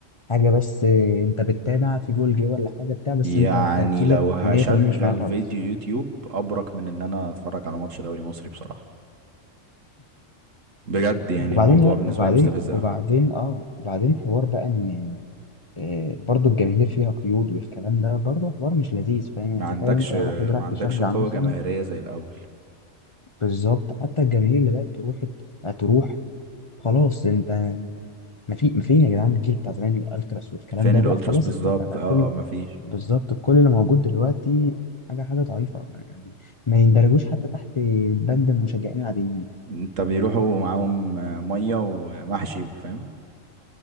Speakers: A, on the left; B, on the right.
A: حاجه بس آه، انت بتتابع في جول جه ولا حاجه بتاع بس
B: يعني
A: انت تركيزك
B: لو هشغل
A: 100% مش معايا خالص
B: فيديو يوتيوب ابرك من ان انا اتفرج على ماتش دوري مصري بصراحة بجد يعني
A: وبعدين
B: الموضوع بالنسبة
A: وبعدين
B: لي مستفز قوي
A: وبعدين اه بعدين حوار بقى ان آه، برضو الجماهير فيها قيود والكلام ده برضو حوار مش لذيذ فاهم يعني
B: ما عندكش
A: تخيل انت واحد
B: ما
A: راح
B: عندكش
A: تشجع
B: قوة
A: مثلا
B: جماهيرية زي الاول
A: بالظبط حتى الجماهير اللي بقت تروح بقت تروح خلاص انت ما في ما فين يا جدعان الجيل بتاع زمان الالتراس والكلام
B: فين
A: ده
B: الالتراس
A: لا خلاص
B: بالظبط
A: اختفى بقى
B: اه
A: كل
B: اه مفيش
A: بالظبط كل اللي موجود دلوقتي حاجه حاجه ضعيفه يعني ما يندرجوش حتى تحت بند المشجعين العاديين
B: انت بيروحوا معاهم آه، ميه ومحشي وفاهم